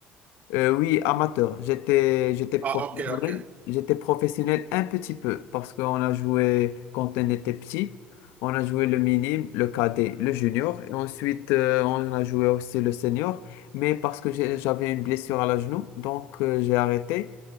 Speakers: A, on the left (about 85°); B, on the right (about 40°).
A: Euh, oui, amateur. J'étais, j'étais professionnel.
B: Ah, ok, ok.
A: J'étais professionnel un petit peu parce qu'on a joué quand on était petit. On a joué le minime, le cadet, le junior. Et ensuite, euh, on a joué aussi le senior. Mais parce que j'ai- j'avais une blessure à la genou, donc euh, j'ai arrêté.